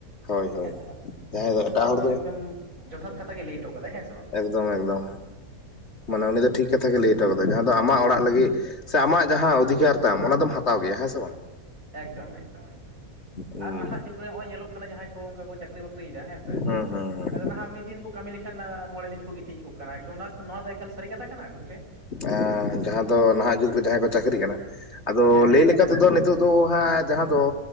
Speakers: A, on the left (about 50°); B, on the right (about 65°).
A: ᱦᱳᱭ ᱦᱳᱭ
B: ᱦᱮᱸᱥᱮ ᱵᱟᱝ,
A: ᱡᱟᱦᱟᱸᱭ
B: ᱠᱤᱱᱛᱩ
A: ᱮᱴᱟᱜ
B: ᱱᱚᱣᱟ
A: ᱦᱚᱲ
B: ᱫᱚ ᱮᱠᱫᱚᱢ ᱡᱚᱛᱷᱟᱛ ᱠᱟᱛᱷᱟ ᱜᱮ ᱞᱟᱹᱭ ᱚᱴᱚ ᱠᱟᱫᱟᱭ ᱦᱮᱸ ᱥᱮ ᱵᱟᱝ?
A: ᱫᱚᱢ ᱮᱠᱫᱚᱢ ᱢᱟᱱᱮ ᱩᱱᱤ ᱫᱚ ᱴᱷᱤᱠ ᱠᱟᱛᱷᱟ ᱜᱮ ᱞᱟᱹᱭ ᱱᱚᱛᱮ ᱨᱮᱫᱚ, ᱡᱟᱦᱟᱸ ᱫᱚ ᱟᱢᱟᱜ ᱚᱲᱟᱜ ᱞᱟᱹᱜᱤᱜ ᱥᱮ ᱟᱢᱟᱜ ᱡᱟᱦᱟᱸ ᱚᱫᱷᱤᱠᱟᱨ ᱛᱟᱢ ᱚᱱᱟ ᱫᱚᱢ ᱦᱟᱛᱟᱣ ᱜᱮᱭᱟ ᱦᱮᱸ ᱥᱮ ᱵᱟᱝ?
B: ᱮᱠᱫᱚᱢ ᱮᱠᱫᱚᱢ ᱮᱠᱫᱚᱢ
A: ᱦᱩᱸ
B: ᱟᱨ ᱱᱟᱦᱟᱸᱜ ᱡᱩᱜᱽ ᱠᱚᱨᱮ ᱦᱚᱜ-ᱚᱭ ᱧᱮᱞᱚᱜ ᱠᱟᱱᱟ ᱡᱟᱦᱟᱸᱭ ᱠᱚ ᱚᱱᱠᱟ ᱠᱚ ᱪᱟᱠᱨᱤ ᱵᱟᱹᱠᱨᱤᱭ ᱫᱟ, ᱦᱮᱸ ᱥᱮ?
A: ᱦᱩᱸ ᱦᱩᱸ ᱦᱩᱸ᱾
B: ᱟᱫᱚ ᱱᱟᱦᱟᱜ ᱢᱤᱫ ᱫᱤᱱ ᱠᱚ ᱠᱟᱹᱢᱤ ᱞᱮᱠᱷᱟᱱ ᱟ ᱢᱚᱬᱮ ᱫᱤᱱ ᱠᱚ ᱜᱤᱛᱤᱡ ᱠᱚᱜ ᱠᱟᱱᱟ, ᱮᱠᱫᱚᱢ ᱚᱱᱟ ᱱᱚᱣᱟ ᱫᱚ ᱮᱠᱟᱞ ᱥᱟᱹᱨᱤ ᱠᱟᱛᱷᱟ ᱠᱟᱱᱟ ᱜᱚᱝᱠᱮ?
A: ᱟ ᱡᱟᱦᱟᱸ ᱫᱚ ᱱᱟᱦᱟᱜ ᱡᱩᱜᱽ ᱨᱮ ᱡᱟᱦᱟᱸᱭ ᱠᱚ ᱪᱟᱠᱨᱤ ᱠᱟᱱᱟ ᱟᱫᱚ
B: ᱦᱮᱸ
A: ᱞᱟᱹᱭ
B: ᱦᱮᱸ
A: ᱞᱮᱠᱟᱛᱮ ᱫᱚ ᱱᱤᱛᱚᱜ ᱫᱚ ᱦᱟᱸᱜ ᱡᱟᱦᱟᱸ ᱫᱚ